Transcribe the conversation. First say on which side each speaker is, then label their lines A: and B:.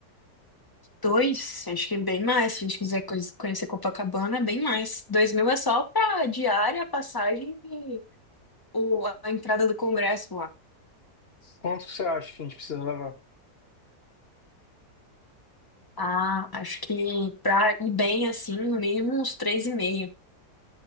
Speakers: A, on the left; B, on the left.
A: Dois, acho que bem mais. Se a gente quiser co- conhecer Copacabana, é bem mais. Dois mil é só pra diária, passagem e o, a entrada do Congresso lá.
B: Quanto que você acha que a gente precisa levar?
A: Ah, acho que pra ir bem assim, no mínimo uns três e meio.